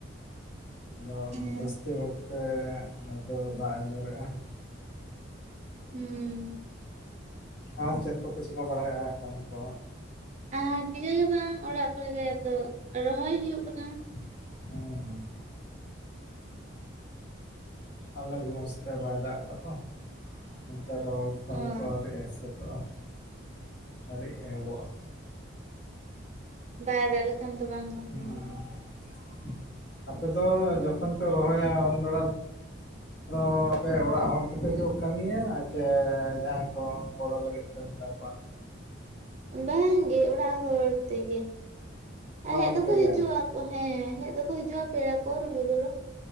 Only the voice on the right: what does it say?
ᱦᱮᱸ
ᱦᱩᱸ,
ᱟᱨ ᱪᱤᱠᱟᱹ ᱜᱮ ᱵᱟᱝ ᱚᱲᱟᱜ ᱠᱚᱨᱮ ᱜᱮ ᱟᱫᱚ ᱨᱚᱦᱚᱭ ᱦᱩᱭᱩᱜ ᱠᱟᱱᱟ ᱾
ᱚ
<unintelligible> <inaudible> ᱫᱚ ᱵᱟᱝ ᱜᱟᱱᱚᱜᱼᱟ
ᱵᱟᱝᱜᱮ ᱚᱲᱟᱜ ᱦᱚᱲ ᱛᱮᱜᱮ,
ᱟᱨ ᱦᱮᱫ
ᱫᱚᱠᱚ
ᱦᱤᱡᱩᱜ-ᱟ᱾ ᱛᱚ ᱦᱮᱸ, ᱦᱮᱡ ᱫᱠᱚ ᱦᱤᱡᱩᱜ-ᱟ ᱯᱮᱲᱟ ᱠᱚ ᱨᱚᱦᱚᱭ ᱜᱚᱲᱚ᱾